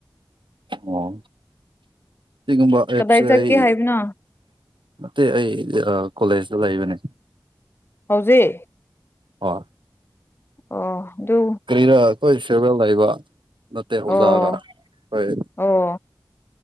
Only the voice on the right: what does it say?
ꯑꯣ ꯁꯤꯒꯨꯝꯕ ꯑꯦꯞꯁꯦ
ꯑꯩ
ꯅꯠꯇꯦ ꯑꯩ ꯑꯥ ꯀꯣꯂꯦꯖꯇ ꯂꯩꯕꯅꯦ
ꯍ‌ꯣꯏ
ꯀꯔꯤꯅ ꯑꯩꯈꯣꯏ ꯐꯤꯌꯔꯋꯦꯜ ꯂꯩꯕ ꯅꯠꯇꯦ ꯑ‌ꯣꯖꯥꯒ
ꯍꯣꯏ